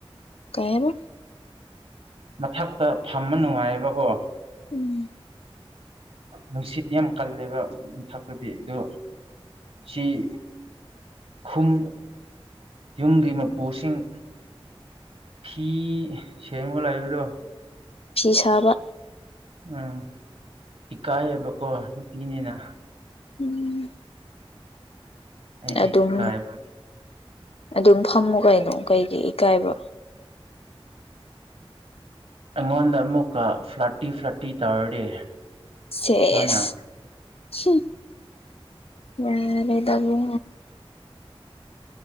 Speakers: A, on the left; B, on the right.
A: ꯀꯩꯌꯥꯕ
B: ꯃꯊꯛꯇ ꯐꯝꯕ ꯅꯨꯡꯉꯥꯏꯌꯦꯕꯀꯣ
A: ꯎꯝ
B: ꯅꯨꯡꯁꯤꯠ ꯌꯥꯝ ꯀꯜꯂꯦꯕ ꯃꯊꯛꯇꯨꯗꯤ ꯑꯗꯨ ꯁꯤꯤ ꯨꯝ ꯌꯨꯝꯒꯤ ꯃꯄꯨꯁꯤꯡ ꯐꯤ ꯁꯃꯒ ꯂꯕꯤꯗꯣ
A: ꯐꯤ ꯁꯥꯕ
B: ꯎꯝ ꯏꯀꯥꯏꯌꯦꯕꯀꯣ ꯅꯨꯄꯤꯅꯤꯅ
A: ꯎꯝ
B: ꯑꯩꯗꯤ
A: ꯑꯗꯨꯝ
B: ꯏꯀꯥꯏꯕ
A: ꯑꯗꯨꯝ ꯐꯝꯃꯨ ꯀꯩꯅꯣ ꯀꯩꯒꯤ ꯏꯀꯥꯏꯕ
B: ꯑꯩꯉꯣꯟꯗ ꯑꯃꯨꯛꯀ ꯐ꯭ꯂꯠꯇꯤ ꯐ꯭ꯂꯥꯠꯇꯤ ꯇꯧꯔꯗꯤ
A: ꯁꯦꯁ
B: ꯃꯣꯏꯅ
A: ꯌꯥ ꯂꯩꯗꯕꯨ